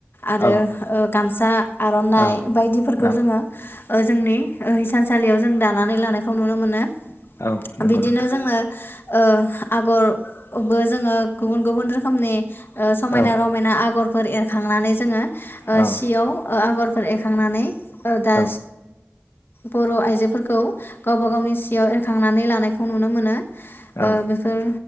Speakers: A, on the left; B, on the left.
A: आरो
B: औ
A: ओ गामसा आर'नाइ
B: औ
A: बायदिफोरखौ
B: औ
A: जोङो ओ जोंनि ओ हिसानसालियाव जों दानानै लानायखौ नुनो मोनो
B: औ नंगौ
A: बिदिनो
B: नोंथां।
A: जोङो ओ आगर बो जोङो गुबुन गुबुन रोखोमनि ओ समायना
B: औ
A: रमायना आगरफोर एरखांनानै जोङो ओ
B: औ
A: सियाव ओ आगरफोर एरखांनानै ओ दा
B: औ
A: बर' आइजोफोरखौ गावबा गावनि सियाव एरखांनानै लानायखौ नुनो मोनो ओ
B: औ
A: बेफोर